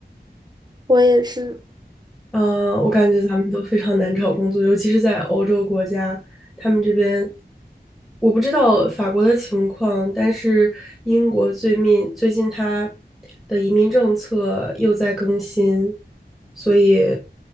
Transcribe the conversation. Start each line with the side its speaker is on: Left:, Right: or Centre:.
Right: 我也是
Centre: 嗯，我感觉咱们都非常难找工作，尤其是在欧洲国家，他们这边我不知道法国的情况，但是英国最近最近它的移民政策又在更新，所以